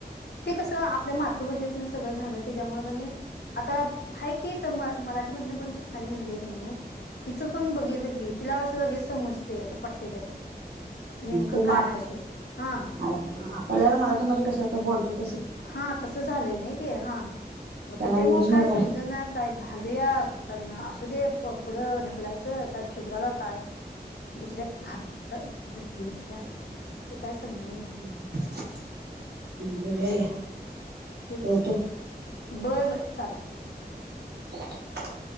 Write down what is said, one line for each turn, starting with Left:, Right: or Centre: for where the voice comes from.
Left: ते कसं आपल्या मातृभाषेतन सगळं झालं त्याच्यामुळ पण हे आता आहे, की इथं म मराठीमधन पण शिकणारी मुलगी आहे का नयी तिचं पण बघितलंं की, तिला असं लगेच समजतय असं पटशीर नेमक
Right: ते
Left: काय
Right: मात
Left: हाय ते, हा
Right: <inaudible> आपल्याला मराठीमध्ये कसं आता बोलतोय.
Left: हा तसं झालंय नयी ते, हा मग
Right: त्यांना
Left: त्यािच्यामुळ
Right: इंग्लिशमध्ये
Left: काय समजना काय घालूया, का ना असू दे प पुढं ढकलायच का, शुभ्राला काय दुसऱ्या घातलं <inaudible> ते काय समजना झालंय.
Right: हम्म, बघूया घ्या
Left: तेच,
Right: ठेवतो
Left: बर बर चालतय.
Right: <unintelligible>